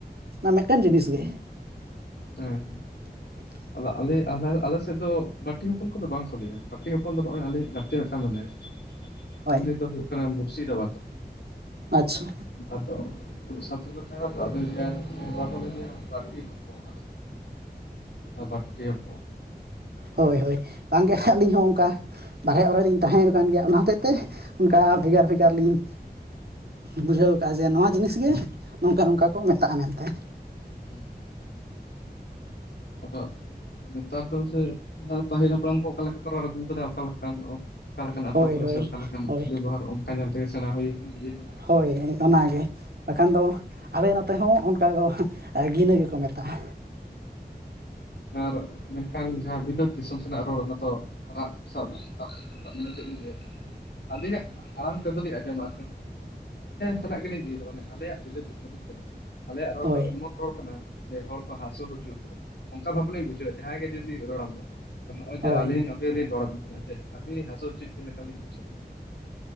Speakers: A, on the right; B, on the left.
A: ᱚᱱᱟ ᱢᱤᱫᱴᱟᱱ ᱡᱤᱱᱤᱥ ᱜᱮ
B: ᱦᱮᱸ
A: <unintelligible>
B: ᱟ ᱟᱞᱮ ᱟᱞᱮ ᱥᱮᱫ ᱫᱚ ᱵᱟᱹᱴᱤ ᱦᱚᱯᱚᱱ ᱠᱚᱫᱚ ᱵᱟᱝ ᱠᱚ ᱞᱟᱹᱭᱟ ᱵᱟᱹᱴᱤ ᱦᱚᱯᱚᱱ ᱫᱚ ᱱᱚᱜᱼᱚᱭ ᱟᱞᱮ ᱜᱟᱛᱮ ᱢᱤᱫᱴᱟᱝ ᱢᱮᱱᱟᱭᱟ᱾
A: ᱦᱳᱭ
B: ᱩᱱᱤ ᱫᱚ ᱦᱩᱭᱩᱜ ᱠᱟᱱᱟ ᱢᱩᱨᱥᱤᱫᱟᱵᱟᱫᱽ
A: ᱟᱪᱪᱷᱟ
B: ᱟᱫᱚ ᱥᱟ <unintelligible> ᱫᱚ ᱵᱟᱴᱤ ᱦᱚᱯᱚᱱ ᱟᱯᱟᱴᱮᱭᱟᱯᱚ
A: ᱦᱳᱭ ᱦᱳᱭ ᱵᱟᱝᱜᱮ ᱟᱹᱞᱤᱧ ᱦᱚᱸ ᱚᱱᱠᱟ ᱵᱟᱨᱦᱮ ᱚᱨᱮ ᱞᱤᱧ ᱛᱟᱦᱮᱸᱠᱟᱱ ᱜᱮᱭᱟ ᱚᱱᱟᱛᱮ ᱛᱮ ᱚᱱᱠᱟ ᱵᱷᱮᱜᱟᱨ ᱵᱷᱮᱜᱟᱨ ᱞᱤᱧ ᱵᱩᱡᱷᱟᱹᱣ ᱠᱟᱜᱼᱟ ᱡᱮ ᱱᱚᱣᱟ ᱡᱤᱱᱤᱥ ᱜᱮ ᱱᱚᱝᱠᱟ ᱱᱚᱝᱠᱟ ᱠᱚ ᱢᱮᱛᱟᱜᱼᱟ ᱢᱮᱱᱛᱮ᱾
B: ᱦᱮᱸ ᱦᱸ ᱦᱮᱸ ᱟᱫᱚ ᱱᱮᱛᱟᱨ ᱫᱚ ᱥᱮ ᱯᱟᱹᱦᱤᱞ ᱦᱟᱯᱲᱟᱢ ᱠᱚ ᱚᱠᱟ ᱞᱮᱠᱟ ᱠᱚ ᱨᱚᱲ ᱟᱹᱜᱩ ᱟᱠᱟᱫᱟ ᱚᱠᱟ ᱞᱮᱠᱟ ᱠᱟᱱ ᱚᱠᱟ ᱞᱮᱠᱟᱱ ᱟᱛᱳ
A: ᱦᱳᱭ
B: ᱠᱚᱨᱮ
A: ᱦᱳᱭ
B: ᱥᱮ ᱚᱠᱟᱞ ᱞᱮᱠᱟᱱ
A: ᱦᱳᱭ
B: ᱵᱮᱵᱚᱦᱟᱨ ᱚᱱᱠᱟ ᱧᱮᱞ ᱛᱮᱜᱮ ᱥᱮᱬᱟ ᱦᱩᱭ ᱠᱟᱱᱟ ᱱᱤᱡᱮ ᱦᱚ
A: ᱦᱳᱭ ᱚᱱᱟᱜᱮ ᱵᱟᱠᱷᱟᱱ ᱫᱚ ᱟᱞᱮ ᱱᱚᱛᱮ ᱦᱚᱸ ᱚᱱᱠᱟ ᱫᱚ ᱜᱤᱱᱟᱹ ᱜᱮᱠᱚ ᱢᱮᱛᱟᱜᱼᱟ
B: ᱟᱨ ᱢᱮᱱᱠᱷᱟᱱ ᱡᱟᱦᱟᱸ ᱵᱤᱞᱟᱹᱛ ᱫᱤᱥᱚᱢ ᱥᱮᱱᱟᱜ ᱨᱚᱲ ᱚᱱᱟ ᱫᱚ ᱨᱟᱯ ᱥᱟᱵ <unintelligible> ᱪᱮᱫ ᱵᱮᱱ ᱞᱟᱹᱭᱟ ᱟᱹᱞᱤᱧᱟᱜ ᱟᱲᱟᱝ ᱛᱮᱫᱚᱞᱤᱧ ᱟᱸᱡᱚᱢᱟ ᱥᱟᱞᱟᱜ <unintelligible> ᱜᱮᱞᱤᱧ ᱤᱫᱤᱭᱮᱫᱟ <unintelligible> ᱢᱟᱱᱮ ᱟᱞᱮᱭᱟᱜ ᱵᱤᱞᱟᱹᱛ ᱫᱤᱥᱚᱢ ᱦᱮ ᱥᱮ ᱟᱞᱮᱭᱟᱜ ᱨᱚᱲ
A: ᱦᱳᱭ
B: ᱫᱚ ᱮᱢᱚᱱ ᱨᱚᱲ ᱠᱟᱱᱟ ᱡᱮ ᱦᱚᱲ ᱠᱚ ᱦᱟᱹᱥᱩ ᱦᱚᱪᱩ ᱩᱛᱟᱹᱨ ᱚᱱᱠᱟ ᱵᱷᱟᱵᱤ ᱞᱤᱧ ᱵᱩᱡᱷᱟᱹᱣᱮᱜ ᱡᱟᱦᱟᱸᱭ ᱜᱮ ᱡᱩᱫᱤ ᱨᱚᱲ ᱟᱢᱟᱭ ᱱᱚᱜᱼᱚᱭ
A: ᱦᱳᱭ
B: ᱡᱮ ᱟᱹᱞᱤᱧ ᱟᱹᱞᱤᱧ ᱨᱚᱲᱟᱵᱤᱱ ᱠᱟᱱᱟ ᱡᱮ ᱟᱹᱵᱤᱱ ᱞᱤᱧ ᱦᱟᱹᱥᱩ ᱦᱚᱪᱚᱮᱫ ᱵᱤᱱ ᱞᱮᱠᱟᱞᱤᱧ ᱵᱩᱡᱷᱟᱹᱮᱫᱼᱟ